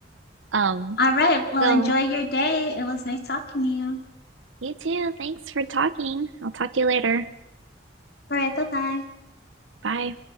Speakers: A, on the right; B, on the left.
A: Um,
B: All right. Well,
A: so
B: enjoy your day. It was nice talking to you.
A: You too. Thanks for talking. I'll talk to you later.
B: All right. Bye bye.
A: Bye.